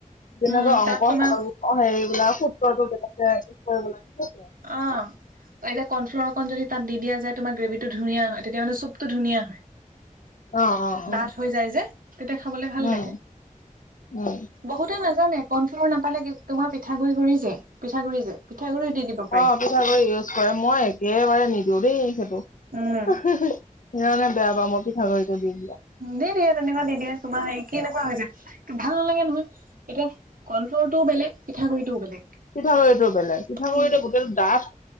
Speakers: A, on the left (about 70°); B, on the right (about 80°).
A: যেনেকৈ
B: উম
A: অংক
B: তাত তোমাৰ
A: অ হেৰি বোলা সূত্ৰটো কেনেকে কি কৰিব লাগে সেইটোৱে আও।
B: অঁ এতিয়া কৰ্ণফ্লাৰ অকণ যদি তাত দি দিয়া যায়, তোমাৰ গ্ৰেভি টো ধুনীয়া হয় তেতিয়া মানে চুপ টো ধুনীয়া।
A: অ', অ', অ',
B: ডাঠ হৈ যায় যে তেতিয়া খাবলে ভাল
A: উম,
B: লাগে।
A: উম।
B: বহুতে নাজানে কনফ্লৰ নাপালে কি তোমাৰ পিঠা গুৰি় গুৰি যে পিঠাগুৰি যে পিঠাগুৰি দি দিব। পাৰি
A: অঁ পিঠাগুড়ি ইউজ কৰে মই একেবাৰে নিদিওঁ দেই সেইটো।
B: উম
A: সেইকাৰণে বেয়া পাওঁ মই পিঠাগু়টো।
B: দি দিয়ে তেনেকুৱা দি দিয়ে তোমাৰ হেৰি কেনেকুৱা হৈ যায় ভাল নালাগে নহয়। এতিয়া কলফ্লৰটোও বেলেগ পিঠাগুড়িটোও বেলেগ।
A: পিঠা গুৰিটো বেলেগ পিঠা
B: উম
A: গুৰিটো গোটেইটো ডাঁঠ